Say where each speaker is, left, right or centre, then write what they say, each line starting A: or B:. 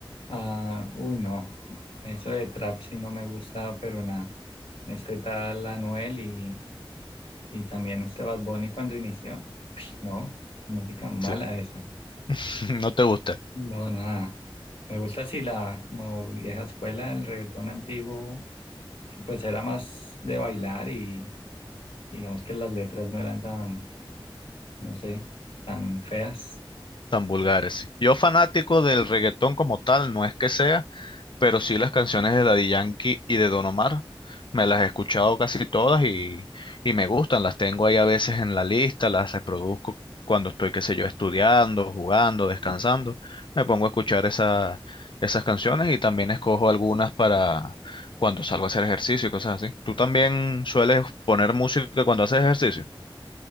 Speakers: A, on the left (about 75°); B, on the left (about 60°).
A: Ah, uy, no, eso de trap sí no me gusta, pero nada. Este tal Anuel y, y también este Bad Bunny cuando inició, no, música mala
B: Sí.
A: esa.
B: <laughs> No te gusta,
A: No, nada. Me gusta así la como vieja escuela, el reggaetón antiguo, que pues era más de bailar y digamos que las letras no eran tan, no sé, tan feas.
B: tan vulgares. sí. Yo fanático del reggaetón como tal, no es que sea. pero sí las canciones de Daddy Yankee y de Don Omar. Me las he escuchado casi todas y, y me gustan. Las tengo ahí a veces en la lista, las reproduzco cuando estoy, qué sé yo, estudiando, jugando, descansando. Me pongo a escuchar esa- esas canciones y también escojo algunas para cuando salgo a hacer ejercicio y cosas así. ¿Tú también sueles poner música cuando haces ejercicio?